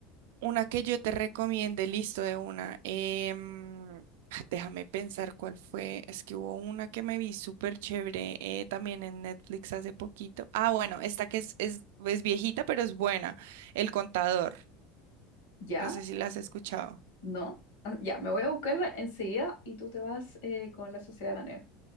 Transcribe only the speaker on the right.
Una que yo te recomiende, listo de una. em, ah, déjame pensar cuál fue. Es que hubo una que me vi súper chévere eh, también en Netflix hace poquito. Ah, bueno, esta que es, es, es viejita, pero es buena. El contador.
No sé si la has escuchado.